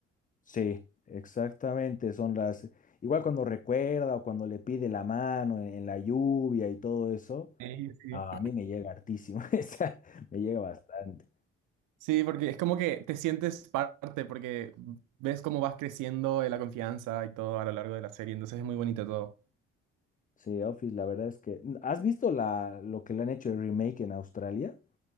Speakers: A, on the left (about 25°); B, on the right (about 65°).
A: Sí, exactamente. Son las. Igual cuando recuerda o cuando le pide la mano en, en la lluvia y todo eso,
B: Sí, sí.
A: ah, a mí me llega hartísimo. <laughs> o sea, me llega bastante.
B: Sí, porque es como que te sientes parte, porque ves cómo vas creciendo eh, la confianza y todo a lo largo de la serie, entonces es muy bonito todo.
A: Sí, Office, la verdad es que. ¿Has visto la, lo que le han hecho el remake en Australia?